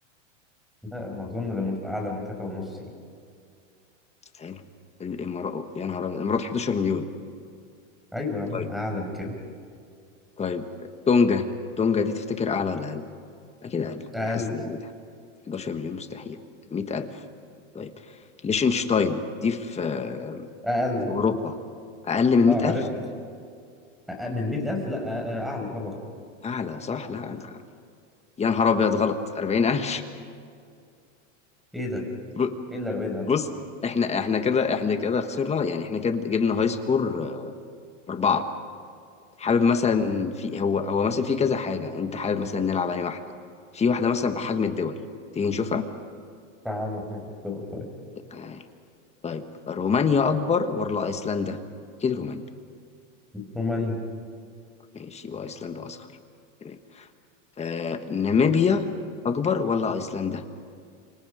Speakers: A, in the centre; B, on the left.
A: لا ما اظن الامارات اعلى من تلاتة ونص يعني.
B: حلو الامارات يا نهار أبيض، الامارات 11 مليون
A: ايوه يا عم
B: طيب
A: اعلى من كده
B: طيب تونجا تونجا دي تفتكر اعلى ولا اقل اكيد اقل
A: اقل
B: حاسس ان أقل. 11 مليون مستحيل 100000 طيب ليشنشتاين دي في آه،
A: اقل
B: في اوروبا اقل من
A: اه
B: 100,000
A: عارفها أقل من 100000 لا أ- أ- اعلى طبعا
B: اعلى صح لا انا يا نهار ابيض غلط 40000
A: ايه ده
B: ب-
A: ايه اللي 40000
B: بص احنا احنا كده احنا كده خسرنا يعني احنا كده جبنا هاي سكور اربعه حابب مثلا
A: اه
B: في هو هو مثلا في كذا حاجه انت حابب مثلا نلعب على واحده في واحده مثلا بحجم الدول تيجي نشوفها
A: تعالى نحب الدول طيب
B: تعال. طيب رومانيا اكبر ولا ايسلندا اكيد رومانيا
A: رومانيا
B: ماشي وايسلندا اصغر تمام آه ناميبيا اكبر ولا ايسلندا